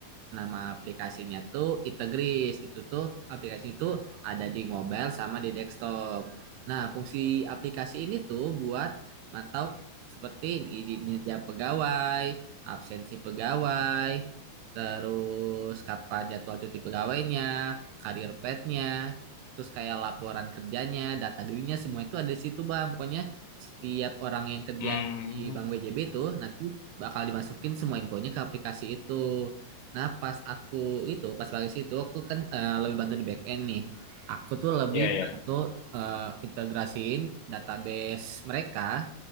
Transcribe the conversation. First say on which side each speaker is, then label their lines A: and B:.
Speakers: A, on the right; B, on the left.
A: Nama aplikasinya tuh Integris. Itu tuh aplikasi itu ada di mobile sama di desktop. Nah, fungsi aplikasi ini tuh buat mantau seperti izin kerja pegawai, absensi pegawai, terus kapan jadwal cuti pegawainya, karir petnya, terus kayak laporan kerjanya, data dirinya semua itu ada di situ, Bang. Pokoknya setiap orang yang kerja
B: Hmm.
A: di Bank BJB itu nanti bakal dimasukin semua infonya ke aplikasi itu. Nah, pas aku itu, pas baris itu, aku kan eh, lebih bantu di back end nih. Aku tuh lebih
B: Iya ya.
A: bantu eh, integrasiin database mereka